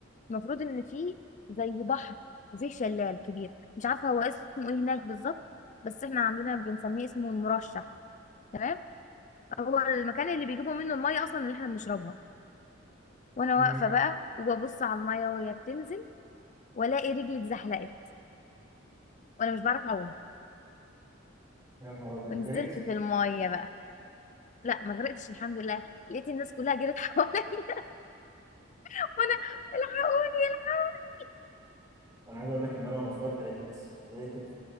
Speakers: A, on the left; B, on the right.
A: المفروض ان في زي بحر وفيه شلال كبير مش عارفه هو اسمه ايه هناك بالظبط بس احنا عندنا بنسميه اسمه المرشح تمام هو المكان اللي بيجيبوا منه الميه اصلا اللي احنا بنشربها وانا
B: مم،
A: واقفه بقى وببص على الميه وهي بتنزل والاقي رجلي اتزحلقت وانا مش بعرف اعوم
B: يا نهار ابيض
A: ونزلت
B: غرقتي
A: في الميه بقى لا ما غرقتش الحمد لله لقيت الناس كلها جرت حواليا <laughs> وانا الحقوني الحقوني
B: انا عايز اقول لك ان انا وانا صغير غرقت غرقت في